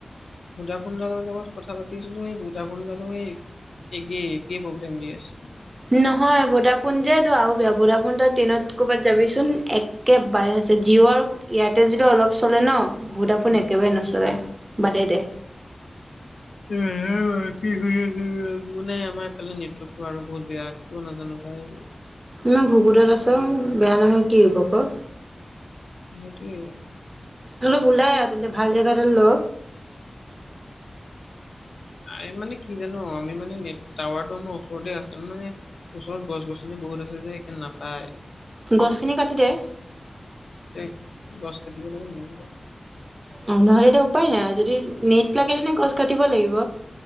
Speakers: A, on the left; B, on the right.
A: ভডাফোনডালৰ লগত কথা পাতিছিলো এই ভডাফোনডালো সেই হে একেই, একেই প্ৰব্লেম দি আছে।
B: নহয়। ভোডাফোন যে তোৰ আৰু বেয়া ভোডাফোন তই ট্ৰেইনত ক'ৰবাত যাবিচোন এক কে বাৰে নচলে। জিঅ' আৰু এয়াৰটেল যদি অলপ চলে ন। ভোডাফোন
A: উম
B: একেবাৰে নচলে বাদেই দে।
A: <unintelligible> ৰাতি শুই আছিলোঁ। আলু নাই আমাৰ এইফালে নেটৱৰ্কটো আৰু বহুত বেয়া, কিয় নাজানো ভাই।
B: মই ঘুকুটত আছ বেয়া নহয় কি হ'ব আ ক'।
A: সেইটোৱেই।
B: অলপ ওলাই আহ তেন্তে ভাল জেগা এটা ল।
A: এই মানে কি জান, আমি মানে নেট টাৱাৰটো আমাৰ ওচৰতে আছে মানে। ওচৰত গছ -গছনি বহুত আছে যে সেইকাৰণে নাপায়।
B: গছখিনি কাটি দে।
A: এই গছ কাটিব নিদিয়ে।
B: অ নহ'লে টো উপায় নাই আৰু যদি নেট লাগে তেনে গছ কাটিব লাগিব।